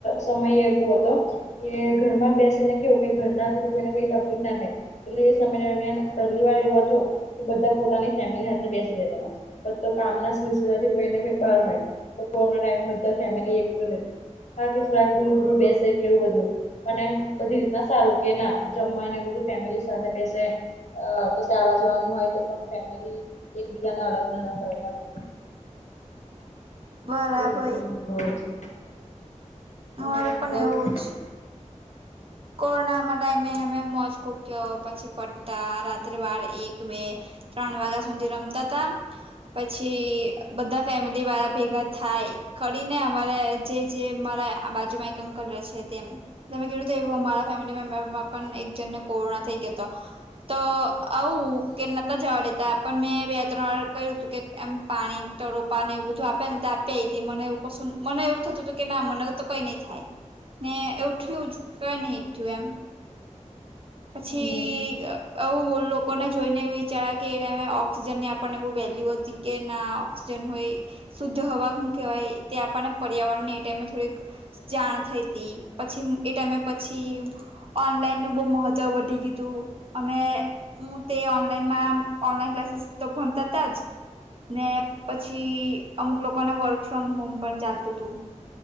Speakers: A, on the left; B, on the right.
A: સમય એવો હતો. કે ઘરમાં બેસે ને કેવું કે ઘર ના થી તો કોઈને કઈ તપલીક ના થાય એટલે એ સમય દરમિયાન પહેલી વાર એવું હતું કે બધા પોતાની ફેમિલી સાથે બેસી રેતા હતા. તો કામના દિવસ કઈક ને કંઈક બાર હોય તો કોરોના ટાઈમ બધા ફેમિલી એક હતી. હા કે થોડાક દૂર દૂર બેસે કે એવું બધું અને એમ બધી રીતના જ સારું કે ના જમવા ને એવું બધું ફેમિલી સાથે બેસે અ કસે આવા જવાનું હોય તો પણ ફેમેલી એકબીજાને અડગના કરતા <inaudible>
B: બરાબર
A: એ રીતનો અનુભવ હતું તમારો
B: અમારે
A: અનુભવ
B: પણ એવું જ કોરોનામાં ટાઈમે અમે મોસ કૂક્યો પછી પટ્ટા રાત્રે બાર એક બે ત્રણ વાગ્યા સુધી રમતા હતા. પછી બધા ફેમિલી વાળા ભેગા થાય. કરીને અમારા જે જે મારા આ બાજુમાં એક અંકલ રહે છે તેમ તમે કીધું તો એવું અમારા ફેમિલી મેમ્બરમાં પણ એક જન ને કોરોના થઈ ગયો હતો. તો આવું કે નતા જવા દેતા પણ મેં બે ત્રણ વાર કહ્યું હતું કે એમ પાણી તો રોપા ને એવું બધું આપે ને આપી આવી હતી મને એવું કશું મને એવું થતું હતું કે ના મને તો કઈ નઈ થાય ને એવું થયું જ કે નહી થયું એમ પછી
A: હમ
B: અ આવું એ લોકોને જોઈને એ વિચારા કે એ ટાઈમે ઓક્સિજન ની આપણને બહુ વેલ્યુ હતી કે ના ઑક્સિજન હોય શુદ્ધ હવા શું કહેવાય તે આપણને પર્યાવરણને એ ટાઈમે થોડીક જાણ થઈ હતી પછી એ ટાઈમે પછી ઓનલાઈનનો બહુ મહત્વ તો વધી ગયું હતું અમે હું તે ઓનલાઈનમાં ઓનલાઈન ક્લાસીસ તો ભણતા તા જ ને પછી અમુક લોકોને વર્ક ફ્રોમ હોમ પણ ચાલતું હતું.